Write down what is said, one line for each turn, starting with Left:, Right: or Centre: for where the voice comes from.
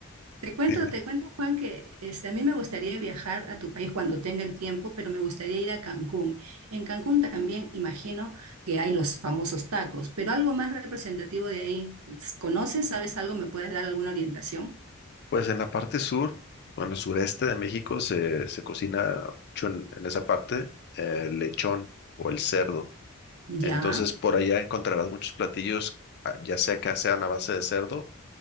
Right: Te cuento,
Left: dime.
Right: te cuento, Juan, que este, a mí me gustaría viajar a tu país cuando tenga el tiempo, pero me gustaría ir a Cancún. En Cancún también imagino que hay los famosos tacos, pero algo más representativo de ahí. ¿Conoces? ¿Sabes algo? ¿Me puedes dar alguna orientación?
Left: Pues en la parte sur, bueno, sureste de México se, se cocina mucho en, en esa parte eh, el lechón o el cerdo.
Right: Ya.
Left: Entonces, por allá encontrarás muchos platillos, ah, ya sea que sean a base de cerdo